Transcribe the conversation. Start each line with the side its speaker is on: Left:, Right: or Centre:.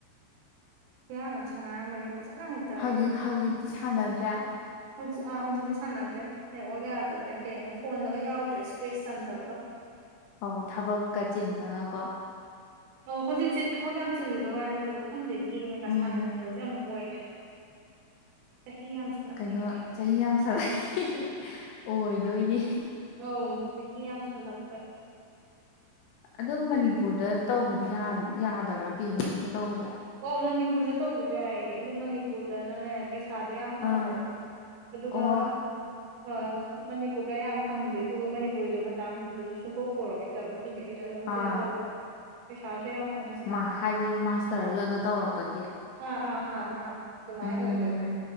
Right: ꯈꯨꯌꯥꯝ ꯑꯃ ꯁꯥꯟꯅꯔꯝꯕꯅꯦ ꯐꯖꯅ ꯍꯦꯛꯇ ꯑꯩ
Left: ꯍꯧꯖꯤꯛ ꯍꯧꯖꯤꯛꯇꯤ ꯁꯥꯟꯅꯗ꯭ꯔꯦ
Right: ꯍꯧꯖꯤꯛ ꯑꯥ ꯍꯧꯖꯤꯛꯇꯤ ꯁꯥꯟꯅꯗ꯭ꯔꯦ ꯅꯦꯠꯋꯥꯛ ꯌꯥꯗꯕꯅꯦ ꯀꯩꯅꯦ ꯐꯣꯟꯗꯒ ꯌꯥꯎꯗ꯭ꯔꯦ ꯏꯁꯄꯦꯁ ꯆꯟꯗꯕꯒ <inaudible>
Left: ꯑꯧ ꯊꯕꯛꯀꯥ ꯆꯤꯟ ꯕꯀꯣ
Right: ꯑꯧ ꯍꯧꯖꯤꯛꯁꯦ ꯊꯕꯛ ꯌꯥꯝ ꯆꯤꯜꯂꯨꯕꯩ ꯋꯥꯗꯤ ꯅꯠꯇꯕ ꯈꯪꯗꯦ ꯒꯦꯝ ꯀꯩꯀꯥ
Left: ꯎꯝ
Right: ꯁꯥꯟꯅꯅꯤꯡꯕꯁꯦ ꯑꯃꯨꯛ ꯑꯣꯏꯗ꯭ꯔꯦ ꯆꯍꯤ ꯌꯥꯝꯁꯜꯂꯛꯄꯩ
Left: ꯀꯩꯅꯣ
Right: ꯀꯥꯏ
Left: ꯆꯍꯤ ꯌꯥꯝ ꯁꯥꯠꯂꯛꯑꯦ ꯑꯣꯏꯗꯣꯏꯅꯦ
Right: ꯑꯝ ꯆꯍꯤ ꯌꯥꯝꯁꯜꯂꯛꯄꯩ
Left: ꯑꯗꯨꯝ
Right: ꯍꯧꯖꯤꯛ
Left: ꯃꯅꯤꯄꯨꯔꯗ ꯇꯧꯕꯗꯤ ꯌꯥ ꯌꯥꯗꯕ꯭ꯔꯥ ꯄꯤ ꯍꯩꯆ ꯗꯤꯒ ꯇꯧꯕꯁꯦ
Right: ꯑꯣ ꯃꯅꯤꯄꯨꯔꯗ ꯇꯧꯕꯗꯣ ꯌꯥꯏꯌꯦ ꯑꯗꯨ ꯃꯅꯤꯄꯨꯔꯗꯅꯅꯦ ꯄꯩꯁꯥꯗꯣ ꯌꯥꯝ ꯐꯪꯗꯕ
Left: ꯑꯥ
Right: ꯑꯗꯨꯒ
Left: ꯑꯣ
Right: ꯑ ꯃꯅꯤꯄꯨꯔꯗ ꯌꯥꯝ ꯐꯪꯗꯦ ꯑꯗꯨꯒ ꯃꯅꯤꯄꯨꯔꯤꯗꯣ ꯃꯇꯥꯡꯗꯨꯗꯁꯨ ꯁꯨꯛꯀꯧ ꯀꯧꯔꯛꯈꯤꯗꯕ ꯑꯗꯨꯒꯤ ꯑꯩꯁꯨ ꯑꯗꯨꯝ
Left: ꯑꯥ
Right: ꯁꯤꯗ ꯇꯧ ꯍ ꯄꯩꯁꯥꯁꯨ ꯌꯥꯝ ꯐꯪꯉꯦ ꯁꯤꯗꯅ
Left: ꯃꯥ ꯍꯥꯏꯗꯤ ꯃꯥꯁꯇꯔꯁꯨ ꯑꯗꯨ ꯇꯧꯔꯛꯄꯒꯤ
Right: ꯑꯥ ꯑꯥ ꯑꯥ ꯑꯥ ꯑꯗꯨꯃꯥꯏ
Left: ꯎꯝ
Right: ꯑꯣꯏꯗꯣ